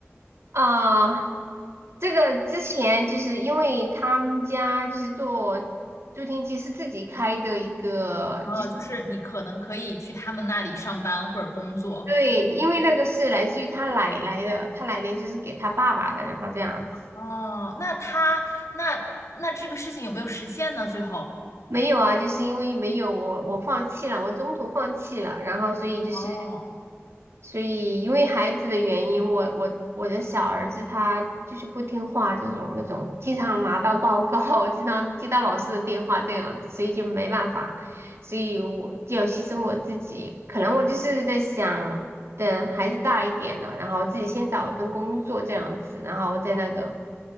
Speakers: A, on the right; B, on the left.
A: 啊。这个之前就是因为他们家就是做助听器是自己开的一个，
B: 哦，
A: 就是
B: 就是你可能可以去他们那里上班或者工作。
A: 对，因为那个是来自于他奶奶的，他奶奶就是给他爸爸的，然后这样子。
B: 哦，那他那那这个事情有没有实现呢？最后？
A: 没有啊，就是因为没有我，我放弃了，我中途放弃了，然后所以就是。
B: 哦。
A: 所以因为孩子的原因，我我我的小儿子他就是不听话，这种那种经常拿到报告，经常接到老师的电话这样子，所以就没办法，所以我就要牺牲我自己。可能我就是在想，等孩子大一点了，然后自己先找一份工作这样子，然后再那个